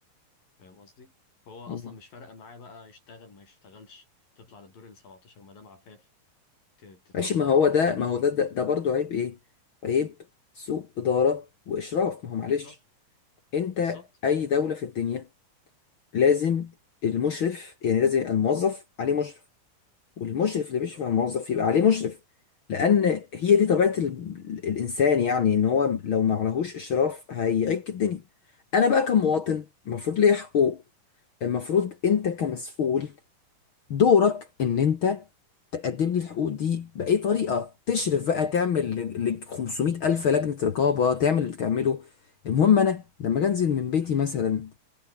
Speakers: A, on the left; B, on the left.
A: فاهم قصدي؟ فهو
B: مم.
A: اصلا مش فارقة معاه بقى يشتغل ما يشتغلش تطلع للدور ال 17 مدام عفاف ت- تطلع
B: ماشي ما هو ده
A: عينك
B: ما هو ده ده, ده برضه عيب ايه عيب سوء اداره واشراف ما هو معلش
A: بالظبط
B: انت
A: بالظبط
B: اي دوله في الدنيا لازم المشرف يعني لازم الموظف عليه مشرف والمشرف اللي
A: بالظبط
B: بيشرف على الموظف يبقى عليه مشرف لان هي دي طبيعه ال... الانسان يعني ان هو لو ما عليهوش اشراف هيعك الدنيا انا بقى كمواطن المفروض ليا حقوق المفروض انت كمسؤول دورك ان انت تقدم لي الحقوق دي باي طريقه تشرف بقى تعمل ل ل- 500 الف لجنه رقابه تعمل اللي تعمله المهم انا لما أجي انزل من بيتي مثلا